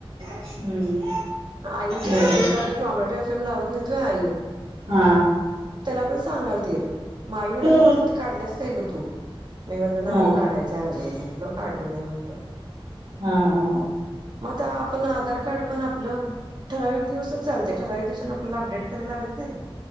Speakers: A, on the right; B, on the right.
A: हम्म
B: आईंच्या
A: बरोबर
B: रेडिओला ते टॉमॅटो इफिम लावत नाही त आई
A: हा.
B: त्याला पण सांगाल ते म आई मला
A: हा
B: म्हटलं तिथे काढल्यास काय ग तू मी म्हटल नाही
A: हा
B: काढायचंय अजून म्हटल काढलो नाही म्हटलं
A: हा हा हा.
B: मग आता आपण आधार कार्ड पण आपलं ठराविक दिवसच चालत त्या ठरावीक दिवसान आपल्याला अपडेट करायला लागत नाही